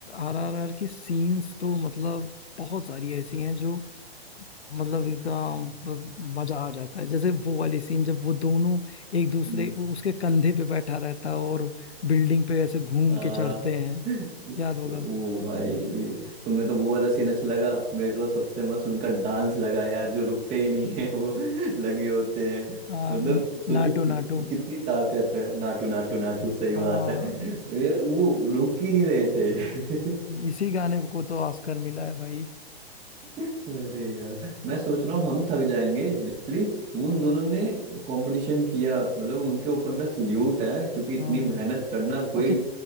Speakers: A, on the left; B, on the right.
A: आर आर आर की सीन्स तो मतलब बहुत सारी ऐसी हैं जो मतलब एकदम मतलब मजा आ जाता है जैसे वो वाली सीन जब वो दोनों एक दूसरे
B: <laughs>
A: वो उसके कंधे पे बैठा रहता है और बिल्डिंग पे ऐसे घूम
B: हाँ
A: के चढ़ते हैं
B: इस-
A: याद होगा
B: वो भाई तुम्हें तो वो वाला सीन अच्छा लगा मेरे को तो सबसे मस्त उनका डांस लगा यार जो रुकते ही नहीं है वो <laughs> लगे होते हैं
A: आ, न-
B: मतलब सोचो
A: नाटो
B: कि,
A: नाटो
B: कितनी ताकत है नाटू नाटू नाटू सही
A: हाँ
B: बात है
A: इ- इ-
B: यार वो रुक ही नहीं रहे थे <laughs>
A: इसी गाने को तो ऑस्कर मिला है भाई
B: अरे यार मैं सोच रहा हूँ हम थक जाएंगे लिटली वो उन दोनों ने कंपटीशन किया मतलब उनके ऊपर ना सल्यूट है क्योंकि इतनी
A: हाँ
B: मेहनत करना कोई
A: और कि,